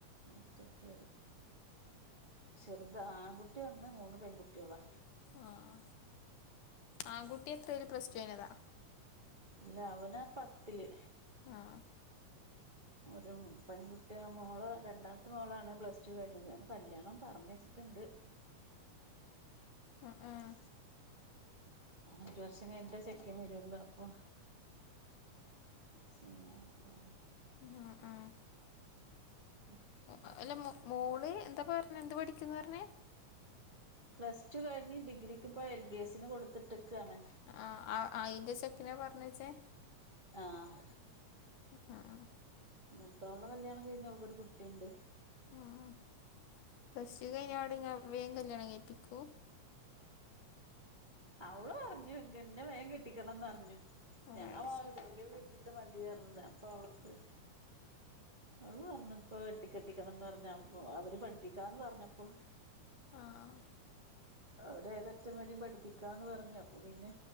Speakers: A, on the right (about 30°); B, on the left (about 80°).
A: ഒറ്റക്ക് വരും ചെറുത് ആകുട്ടി ഒന്ന് മൂന്ന് പെൺകുട്ട്യാള
B: ആഹ് ആകുട്ടിയെത്രൽ പ്ലസ്ടു കൈ ഞതാ
A: ല്ല അവനാ പത്തില്
B: ആഹ്‌
A: ഒരു മോ പെൺകുട്ടിയ മോള് രണ്ടാത്തെ മോളാണ് പ്ലസ് ടു കഴിഞ്ഞത് അ കല്യാണം പറഞ്ഞച്ച്ട്ട്ണ്ട്
B: ആഹ്‌ ആഹ്‌
A: ഒരുവർഷം കഴിഞ്ഞിട്ടേ ചെക്കൻ വരൊള്ളൂ അപ്പൊ ചെയ്യാനൊക്കെ പർഞ്ഞിട്ട്
B: ആഹ്‌ ആഹ്‌
A: <inaudible>
B: അഅല്ല മോ മോള് എന്താ പറഞ്ഞേ എന്ത് പഠിക്ക്ന്ന് പറഞ്
A: പ്ലസ് ടു കഴിഞ്ഞ് ഡിഗ്രിക്ക്പ്പ എൽ ബി എസിന് കൊടുത്ത്ട്ട്ക്കാണ്
B: അ ആ അ അയ്ന്റെ ചെക്കനെ പർഞ്ഞച്ചേ
A: ആഹ്‌
B: അ ആഹ്‌
A: മൂത്തൊളേ കല്യാണം കഴിഞ് അവൾക്കൊരു കുട്ടിണ്ട്
B: ആ പ്ലസ് ടു കഴിഞ്ഞപാട് ങ്ങ വേം കല്യാണം കഴിപ്പിക്കോ
A: അവളു പറഞ്ഞു ഗ ന്നെ വേം കെട്ടിക്കണന്നർഞ്ഞു
B: ഓ
A: ഞാ
B: അത്
A: വ
B: ശരി
A: ഒരു ട്ട് മതിഅർഞ്ഞത അപ്പൊ അവൾക്ക് അവള് പർഞ്ഞു ഇപ്പൊ കെട്ടി ക്കെട്ടിക്കണംന്നർഞ്ഞ അപ്പൊ അവര് പഠിപ്പിക്കാന്ന് പർഞ്ഞപ്പോ
B: ആഹ്‌
A: അവര് ഏതറ്റം വരിം പഠിപ്പിക്കാന്ന് പഞ്ഞു അപ്പൊ പിന്നെ